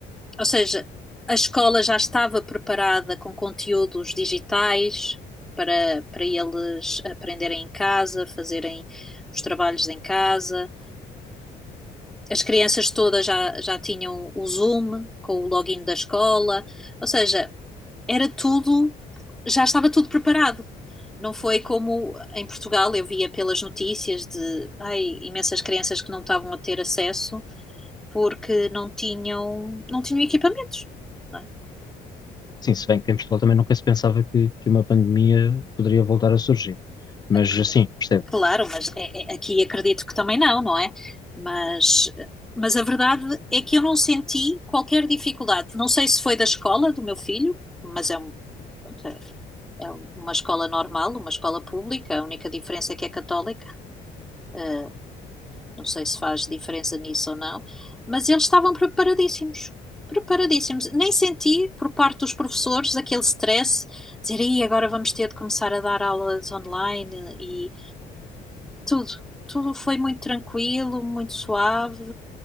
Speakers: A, in the centre; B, on the left (about 25°).
A: ou seja, a escola já estava preparada com conteúdos digitais para, para eles aprenderem em casa, fazerem os trabalhos em casa. as crianças todas já, já tinham o Zoom com o login da escola, ou seja, era tudo, já estava tudo preparado. Não foi como em Portugal, eu via pelas notícias de ai, imensas crianças que não estavam a ter acesso porque não tinham, não tinham equipamentos. não é?
B: Sim, se bem que em Portugal também nunca se pensava que, que uma pandemia poderia voltar a surgir. Mas
A: Cl-
B: sim, percebo.
A: Claro, mas é- é- aqui acredito que também não, não é? Mas, mas a verdade é que eu não senti qualquer dificuldade. Não sei se foi da escola do meu filho, mas é Pronto, É é uma escola normal, uma escola pública, a única diferença é que é católica. Eh, não sei se faz diferença nisso ou não, mas eles estavam preparadíssimos. Preparadíssimos. Nem senti por parte dos professores aquele stress, dizer, aí agora vamos ter de começar a dar aulas online e tudo. Tudo foi muito tranquilo, muito suave